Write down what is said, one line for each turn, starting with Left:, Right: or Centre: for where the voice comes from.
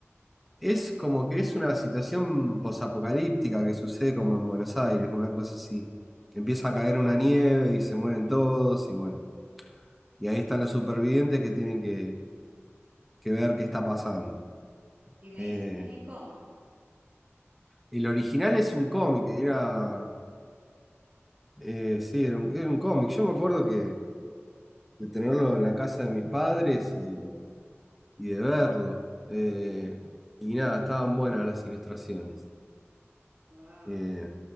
Centre: Es como que es una situación posapocalíptica que sucede como en Buenos Aires, una cosa así. Empieza a caer una nieve y se mueren todos y bueno, y ahí están los supervivientes que tienen que, que ver qué está pasando.
Right: y me
Centre: Eh,
Right: dices que es en cómic.
Centre: el original es un cómic, era, eh, sí, era un, era un cómic. Yo me acuerdo que de tenerlo en la casa de mis padres y, y de verlo. Eh, y nada, estaban buenas las ilustraciones.
Right: Wow.
Centre: Eh,